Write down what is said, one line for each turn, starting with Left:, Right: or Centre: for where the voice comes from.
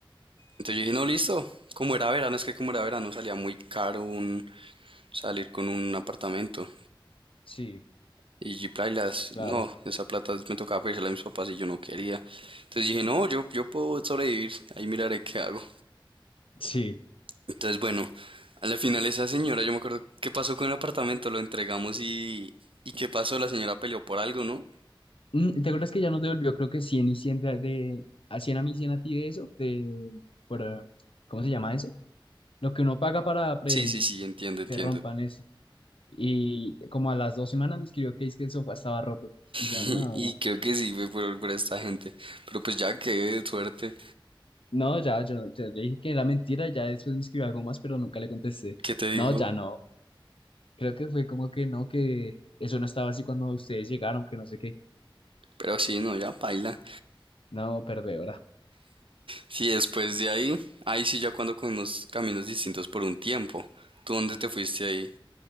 Right: entonces yo dije, no, listo. Como era verano, es que como era verano salía muy caro un, salir con un apartamento.
Left: Sí,
Right: Y plailas,
Left: claro.
Right: no, esa plata me tocaba pedírsela a mis papás y yo no quería. Entonces dije, no, yo, yo puedo sobrevivir, ahí miraré qué hago.
Left: Sí.
Right: Entonces, bueno, a la final esa señora, yo me acuerdo, ¿qué pasó con el apartamento? Lo entregamos y... ¿Y qué pasó? La señora peleó por algo, ¿no?
Left: Mm, ¿Te acuerdas que ya nos devolvió, creo que 100 y 100 de, de- a 100 a mí, 100 a ti de eso? De, por, eh, ¿cómo se llama eso? Lo que uno paga para prevenir
Right: Sí, sí, sí, entiendo, entiendo.
Left: que rompan eso. Y como a las dos semanas me escribió que es que el sofá estaba roto. Y yo,
Right: Y,
Left: no,
Right: y creo que sí fue por, por esta gente. Pero pues ya, qué suerte.
Left: no, ya, yo, yo le dije que era mentira, ya después me escribió algo más, pero nunca le contesté.
Right: ¿Qué te dijo?
Left: No, ya no. Creo que fue como que no, que eso no estaba así cuando ustedes llegaron, que no sé qué.
Right: Pero sí, no, ya paila.
Left: No, perdedora.
Right: Sí, después de ahí, ahí sí ya cuando con unos caminos distintos por un tiempo. ¿Tú dónde te fuiste ahí?